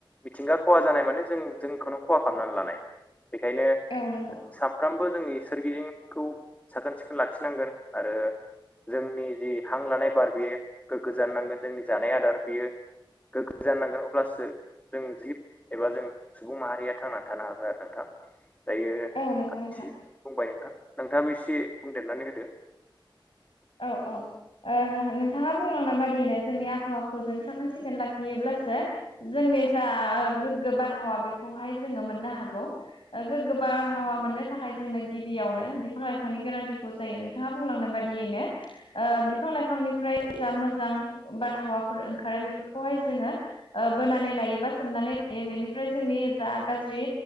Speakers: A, on the left (about 15°); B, on the left (about 80°).
A: मिथिंगा खहा जानाय माने जों जोंखौनो खहा खालामनानै लानाय बेखायनो
B: औ‌ नंगौ।
A: सामफ्रामबो जोंनि सोरगिदिंखौ साखोन-सिखोन लाखिनांगोन आरो जोंनि जि हां लानाय बार बेयो गोग्गो जानो नांगोन जोंनि जानाय आदार बेयो गोग्गो जानांगोन अब्लासो जों जिब एबा जों सुबुं माहारिया थांनानै थानो हागोन आरो नोंथां दायो
B: औ नंगौ
A: <unintelligible>
B: नोंथां
A: बुंबाय नोंथां नोंथाङाबो एसे बुंदेरनानै होदो।
B: औ औ। ओ नोंथाङा बुंलांनाय बादियैनो जोंनि आबहावाखौ जों साखोन- सिखोन लाखियोब्लासो जोंनि जा ओ गोग्गो बारहावा बेखौहाय जोङो मोननो हागौ। ओ गोग्गो बारहावा मोननो थाखाय जोंनो गिबियावनो बिफां-लाइफांनि गोनांथिखौ जायो नोंथाङा बुंलांनाय बादियैनो ओ बिफां-लाइफांनिफ्राय जा मोजां बारहावाफोर ओंखारो बेफोरखौहाय जोङो बोनानै लायो बा सोबनानै लायो बेनिफ्राय जोंनि जा गाज्रि